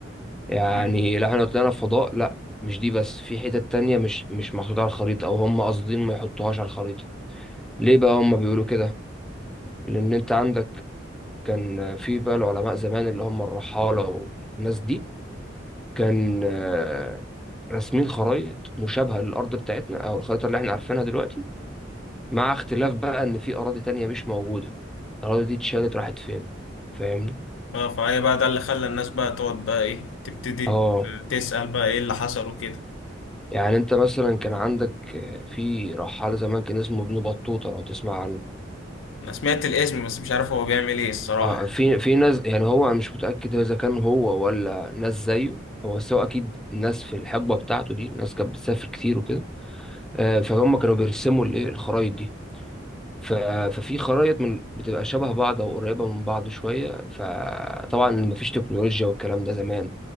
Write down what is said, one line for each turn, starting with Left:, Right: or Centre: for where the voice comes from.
Centre: يعني
Left: مم.
Centre: لو إحنا لو طلعنا في فضاء لأ مش دي بس في حتت تانية مش مش محطوطة على الخريطة أو هم قاصدين ما يحطوهاش على الخريطة ليه بقى هم بيقولوا كده؟ لأن أنت عندك كان في بقى العلماء زمان اللي هم الرحالة والناس دي كان آه، راسمين خرايط مشابهة للأرض بتاعتنا أو الخريطة اللي إحنا عارفينها دلوقتي مع اختلاف بقى ان في اراضي تانية مش موجودة الاراضي دي اتشالت راحت فين فاهمني
Left: اه فهي بقى ده اللي خلى الناس بقى تقعد بقى ايه تبتدي
Centre: اه
Left: تسأل بقى ايه اللي حصل وكده
Centre: يعني انت مثلا كان عندك آه، في رحال زمان كان اسمه ابن بطوطة لو تسمع عنه
Left: انا سمعت الاسم بس مش عارف هو بيعمل ايه الصراحه
Centre: اه آه، في في ناس يعني هو انا مش متأكد اذا كان هو ولا ناس زيه هو بس هو اكيد ناس في الحقبة بتاعته دي ناس كانت بتسافر كتير وكده آه، فهم كانوا بيرسموا الايه الخرايط دي ف... ففي خرايط من بتبقى شبه بعض او قريبه من بعض شويه فطبعا مفيش تكنولوجيا والكلام ده زمان